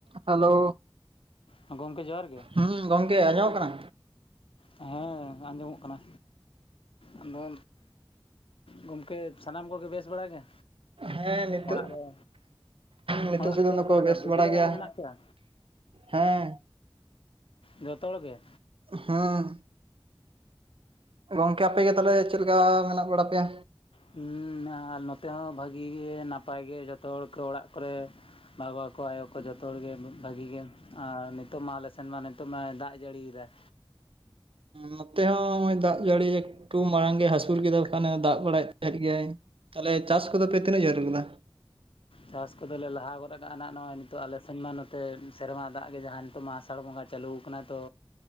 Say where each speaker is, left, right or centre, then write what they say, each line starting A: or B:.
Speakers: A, on the right; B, on the left.
A: Hello
B: ᱜᱚᱢᱠᱮ ᱡᱚᱦᱟᱨ ᱜᱮ
A: ᱦᱮᱸ ᱜᱚᱝᱠᱮ ᱟᱸᱡᱚᱢ ᱠᱟᱱᱟ?
B: ᱦᱮᱸ ᱟᱸᱡᱚᱢᱚᱜ ᱠᱟᱱᱟ᱾ ᱟᱫᱚ ᱜᱚᱝᱠᱮ ᱥᱟᱱᱟᱢ ᱠᱚᱜᱮ ᱵᱮᱥ ᱵᱟᱲᱟ ᱜᱮ?
A: ᱦᱮᱸ ᱱᱤᱛᱳ
B: ᱚᱲᱟᱜ ᱨᱮ
A: ᱱᱤᱛᱚᱜ
B: ᱚᱲᱟᱜ ᱠᱚᱨᱮ
A: <inaudible> ᱫᱚᱠᱚ
B: ᱚᱠᱟ ᱞᱮᱠᱟ
A: ᱵᱮᱥ
B: ᱵᱩᱜᱤ
A: ᱵᱟᱲᱟ ᱜᱮᱭᱟ᱾
B: ᱜᱮ ᱢᱮᱱᱟᱜ ᱯᱮᱭᱟ
A: ᱦᱮᱸ
B: ᱡᱚᱛᱚ ᱦᱚᱲ ᱜᱮ?
A: ᱦᱮᱸ ᱜᱚᱝᱠᱮ ᱟᱯᱮᱜᱮ ᱛᱟᱦᱚᱞᱮ ᱪᱮᱫ ᱞᱮᱠᱟ ᱢᱮᱱᱟᱜ ᱵᱟᱲᱟ ᱯᱮᱭᱟ?
B: ᱦᱩᱸ ᱟᱨ ᱱᱚᱛᱮ ᱦᱚᱸ ᱵᱷᱟᱹᱜᱤ ᱜᱮ ᱱᱟᱯᱟᱭ ᱜᱮ ᱡᱚᱛᱚ ᱦᱚᱲ ᱜᱮ ᱚᱲᱟᱜ ᱠᱚᱨᱮ ᱵᱟᱵᱟ ᱠᱚ ᱟᱭᱚ ᱠᱚ ᱡᱚᱛᱚ ᱦᱚᱲ ᱜᱮ ᱵᱷᱟᱹᱜᱤ ᱜᱮ ᱟᱨ ᱱᱤᱛᱚᱜ ᱢᱟ ᱟᱞᱮ ᱥᱮᱱ ᱢᱟ ᱱᱤᱛᱚᱜ ᱢᱟᱭ ᱫᱟᱜ ᱡᱟᱹᱲᱤᱭᱮᱫᱟᱭ᱾
A: ᱱᱚᱛᱮ ᱦᱚᱸ ᱦᱚᱸᱜ- ᱚᱭ ᱫᱟᱜ ᱡᱟᱲᱤ ᱮᱠᱴᱩ ᱢᱟᱲᱟᱝ ᱜᱮᱭ ᱦᱟᱥᱩᱲ ᱠᱮᱫᱟ ᱠᱷᱟᱱᱮ ᱫᱟᱜ ᱵᱟᱲᱟᱭᱮᱫ ᱛᱟᱦᱮᱸᱫ ᱜᱮᱭᱟᱭ ᱾ ᱛᱟᱦᱚᱞᱮ ᱪᱟᱥ ᱠᱚᱫᱚ ᱯᱮ ᱛᱤᱱᱟᱹᱜ ᱡᱟᱹᱞ ᱞᱮᱫᱟ?
B: ᱪᱟᱥ ᱠᱚᱫᱚ ᱞᱮ ᱞᱟᱦᱟ ᱜᱚᱫ ᱠᱟᱜ-ᱟ ᱱᱟᱜ ᱱᱚᱜᱼᱚᱭ ᱱᱤᱛᱚᱜ ᱟᱞᱮ ᱥᱮᱱ ᱢᱟ ᱱᱚᱛᱮ ᱥᱮᱨᱢᱟ ᱫᱟᱜ ᱜᱮ ᱡᱟᱦᱟᱸ ᱱᱤᱛᱚᱜ ᱢᱟ ᱟᱥᱟᱲ ᱵᱚᱸᱜᱟ ᱪᱟᱹᱞᱩ ᱟᱠᱟᱱᱟ ᱛᱚ